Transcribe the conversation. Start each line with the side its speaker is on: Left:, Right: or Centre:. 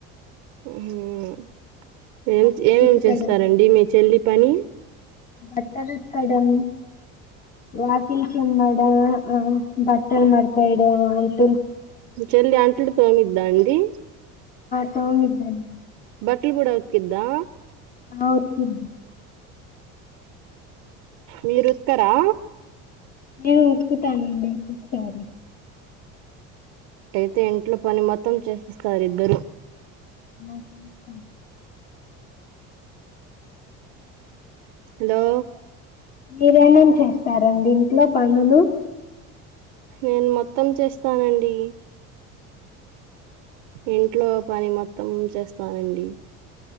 Right: హ్మ్ హు ఏం
Left: బట్టలు
Right: ఏమేమి
Left: ఉతకడం
Right: చేస్తారండి మీ చెల్లి పని
Left: బట్టలు ఉతకడం వాకిల్ చిమ్మడ ఆ బట్టలు మడత వేయడం అంట
Right: మీ చెల్లి అట్లు తోమిద్దా అండి
Left: తోముద్ది అండీ
Right: బట్టలు కూడా ఉతుకిద్దా
Left: ఆ ఉతుకిద్ది
Right: మీరు వస్తారా
Left: నేను ఉతుకుతానండి ఒక్కొక్కసారి
Right: అయితే ఇంట్లో పని మొత్తం చేసిస్తారు ఇద్దరు
Left: మా చేస్తాం
Right: హలో
Left: మీరేమేం చేస్తారండి ఇంట్లో పనులు
Right: నేను మొత్తం చేస్తానండి ఇంట్లో పని మొత్తం చేస్తానండి